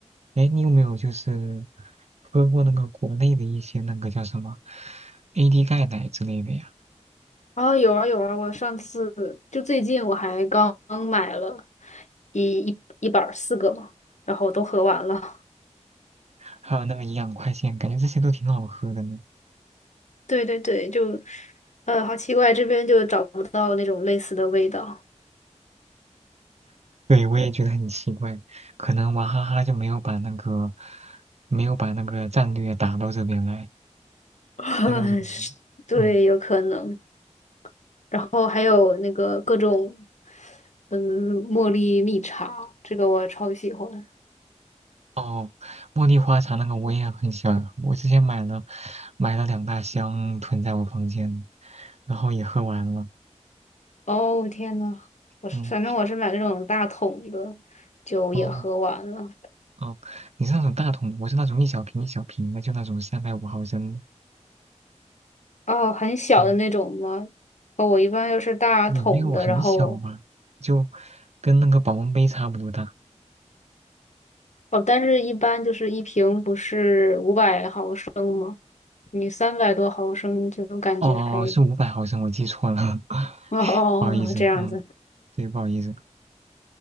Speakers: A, on the right; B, on the left.
A: 哎，你有没有就是喝过那个国内的一些那个叫什么 AD 钙奶之类的呀？
B: 啊，有啊有啊，我上次就最近我还刚买了一一一板儿四个嘛，然后都喝完了。
A: 还有那个营养快线，感觉这些都挺好喝的呢。
B: <laughs> 对对对，就呃，好奇怪，这边就找不到那种类似的味道。
A: 对，我也觉得很奇怪，可能娃哈哈就没有把那个没有把那个战略打到这边来，
B: <laughs>
A: 带到这边。
B: 是对，
A: 嗯。
B: 有可能。然后还有那个各种，嗯，茉莉蜜茶，这个我超喜欢。
A: 哦，茉莉花茶那个我也很喜欢我之前买了买了两大箱囤在我房间，然后也喝完了。
B: 哦，天呐，我反正我是买那种大桶的，
A: 嗯，
B: 就也喝完了。
A: 哦哦，你是那种大桶的我是那种一小瓶一小瓶的，就那种三百五毫升的。
B: 哦，很小的那种吗？
A: 嗯，
B: 哦，我一般又是大桶的，
A: 也没有很小吧，
B: 然后
A: 就跟那个保温杯差不多大。
B: 哦，但是一般就是一瓶不是五百毫升，你三百多毫升就感觉还
A: 哦，哦哦是五百毫升，我记错了，<laughs>
B: 哦哦这样子，
A: 不好意思。嗯，对，不好意思。